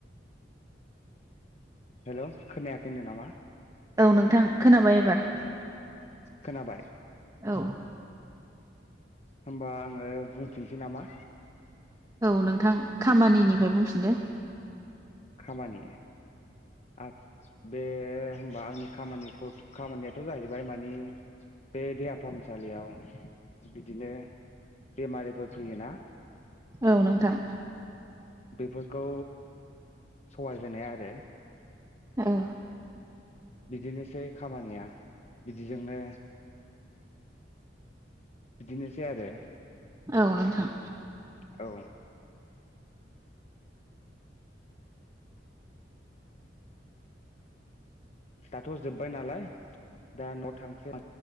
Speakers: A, on the left; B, on the right.
A: हेल' खोनायाखैनो नामा?
B: औ नोंथां खोनाबाय एबार <inaudible>
A: खोनाबाय?
B: औ
A: होमबा आङो बुंफिनसै नामा?
B: औ नोंथां खामानिनिफ्राय बुंफिनदो
A: खामानि ओ बे होनबा आंनि खामानि खामानियाथ' जाहैबाय मानि बे देहा फाहामसालियाव बिदिनो बेमारिफोर फैयोना
B: औ नोंथां
A: बेफोर खौ सहाय होनाय आरो
B: औ
A: बिदिनो सै खामानिया बिदिजोंनो बिदिनोसै आरो
B: औ नोंथां
A: औ दाथ' जोब्बाय नालाय दा न' थांसै